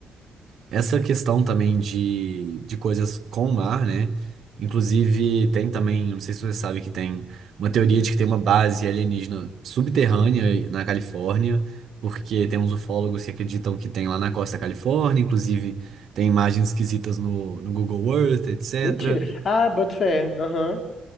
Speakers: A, on the right; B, on the left.
A: essa questão também de, de coisas com o mar, né? Inclusive, tem também, não sei se você sabe que tem uma teoria de que tem uma base alienígena subterrânea na Califórnia, porque tem uns ufólogos que acreditam que tem lá na costa da Califórnia, inclusive tem imagens esquisitas no, no Google Earth, etc.
B: Mentira. Ah, boto fé. Aham.